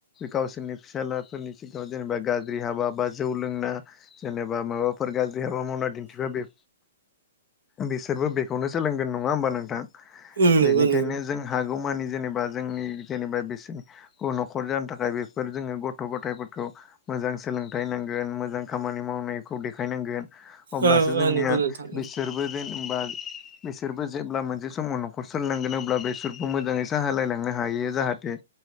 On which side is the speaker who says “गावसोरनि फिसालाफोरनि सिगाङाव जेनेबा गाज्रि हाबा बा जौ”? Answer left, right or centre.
Left